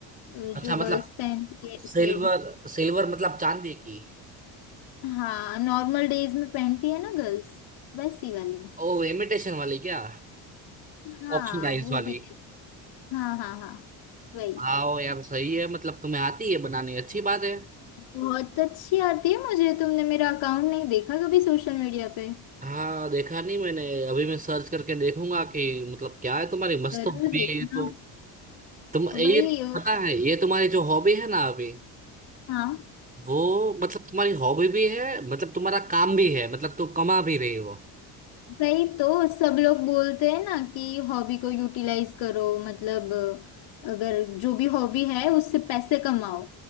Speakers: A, on the left (about 75°); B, on the right (about 20°).
A: अ,
B: अच्छा
A: जो
B: मतलब
A: गर्ल्स पहनती है ऐसे
B: सिल्वर
A: ही
B: सिल्वर मतलब चांदी की
A: हाँ नॉर्मल डेज में पहनती है ना गर्ल्स वैसी वाली
B: ओ इमिटेशन वाली क्या
A: हाँ
B: ऑक्सीडाइज
A: वो
B: वाली
A: भी हाँ हाँ हाँ वही
B: आओ यार सही है मतलब तुम्हें आती है बनानी अच्छी बात है
A: बहुत अच्छी आती है मुझे तुमने मेरा अकाउंट नहीं देखा कभी सोशल मीडिया पे
B: हाँ देखा नहीं मैंने अभी मैं सर्च करके देखूंगा कि मतलब क्या है तुम्हारी मस्त
A: जरूर
B: हॉबी
A: देखना
B: है ये तो तुम
A: वही
B: ये पता है ये तुम्हारी जो हॉबी है ना अभी
A: हाँ
B: वो मतलब तुम्हारी हॉबी भी है मतलब तुम्हारा काम भी है मतलब तुम कमा भी रही हो
A: वही तो सब लोग बोलते हैं ना कि हॉबी को यूटिलाइज करो मतलब अगर जो भी हॉबी है उससे पैसे कमाओ